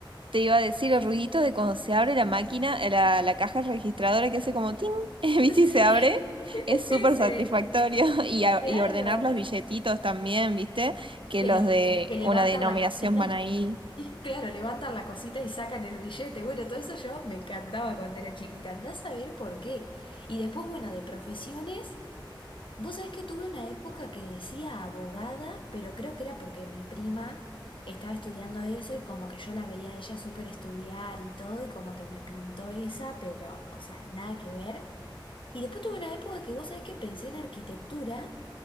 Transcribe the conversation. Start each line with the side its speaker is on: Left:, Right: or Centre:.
Right: Te iba a decir el ruidito de cuando se abre la máquina, eh, la, la caja registradora que hace como tin, <laughs> ¿viste?
Left: Sí,
Right: Y se abre.
Left: <laughs>
Right: Es súper
Left: ese,
Right: satisfactorio. <laughs> Y, a-
Left: claro.
Right: y ordenar los billetitos también, ¿viste? Que
Left: Que,
Right: los
Left: lo,
Right: de
Left: que levantan
Right: una denominación
Left: la cosita
Right: van ahí.
Left: Y claro, levantan la cosita y sacan el billete. Bueno, todo eso yo me encantaba cuando era chiquita. Andás a ver por qué. Y después, bueno, de profesiones, vos sabés que tuve una época que decía abogada, pero creo que era porque mi prima estaba estudiando eso y como que yo la veía a ella súper estudiar y todo y como que me pintó esa, pero, o sea, nada que ver. Y después tuve una época que vos sabés que pensé en arquitectura.